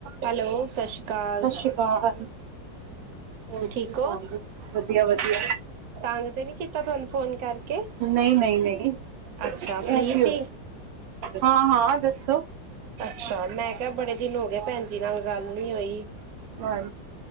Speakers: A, on the right; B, on the right.
A: ਹੈਲੋ ਸਤਿ ਸ਼੍ਰੀ ਅਕਾਲ
B: ਸਤਿ ਸ਼੍ਰੀ ਅਕਾਲ। ਹੋਰ ਕੀ
A: ਠੀਕ ਹੋ
B: ਹਾਲ ਜ ਵਧੀਆ ਵਧੀਆ
A: ਤੰਗ ਤੇ ਨੀ ਕੀਤਾ ਤੁਹਾਨੂੰ ਫੋਨ ਕਰਕੇ
B: ਨਹੀਂ ਨਹੀਂ ਨਹੀਂ ਇਹ
A: ਅੱਛਾ ਫ੍ਰਰੀ
B: ਕੀ
A: ਸੀ
B: ਹੋ ਹਾਂ ਹਾਂ ਦੱਸੋ?
A: ਅੱਛਾ ਮੈਂ ਕਿਹਾ ਬੜੇ ਦਿਨ ਹੋ ਗਏ ਭੈਣ ਜੀ ਨਾਲ ਗੱਲ ਨੀ ਹੋਈ।
B: ਹਾਂ